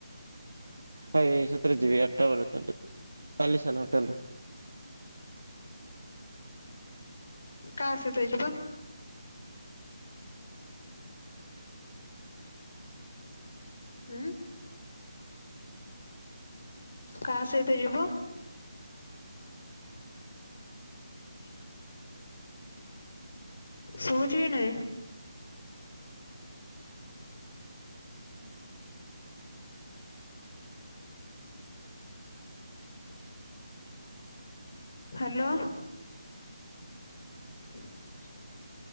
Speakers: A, on the right (about 65°); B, on the left (about 50°).
A: ହାଏ ସତରେ ଯିବି ଆଠଟା ବେଳେ କାଲି। କାଲି ସାଢ଼େ ନ ଟା
B: କାହା ସହିତ ଯିବ? ଉଁ କାହା ସହିତ ଯିବ? ହୁଁ। ଶୁଭୁଚି କି ନାହିଁ। ହ୍ୟାଲୋ। ହୁଁ